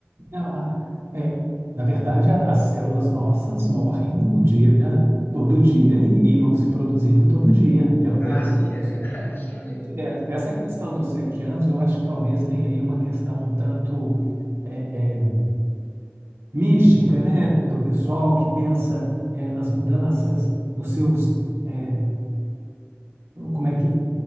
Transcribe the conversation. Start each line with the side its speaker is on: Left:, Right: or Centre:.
Right: Ela, é, na verdade, a- as células nossas morrem o dia, todo dia e, e vão se produzindo todo dia.
Left: Ah,
Right: É,
Left: sim,
Right: é
Left: é
Right: isso
Left: verdade <laughs> também.
Right: é direto.
Left: é.
Right: Essa questão dos sete anos, eu acho que talvez tenha aí uma questão um tanto é, é, mística, né, do pessoal que pensa é, nas mudanças, nos seus, é, como é que